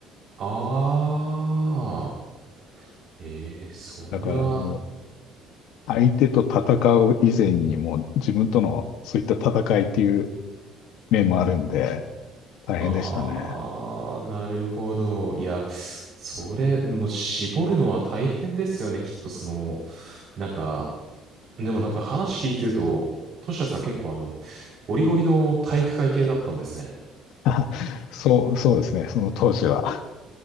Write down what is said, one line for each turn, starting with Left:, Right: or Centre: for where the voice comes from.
Right: ああ。ええ、それは、
Left: だからもう、相手と戦う以前にもう、自分とのそういった戦いっていう面もあるんで、大変でしたね。
Right: わあ、なるほど。いや、それ、もう絞るのは大変ですよね、きっとその、なんか、でもなんか話聞いてると、トシヤさん結構あの、ゴリゴリの体育会系だったんですね。
Left: <laughs> あそう、そうですね。その当時は。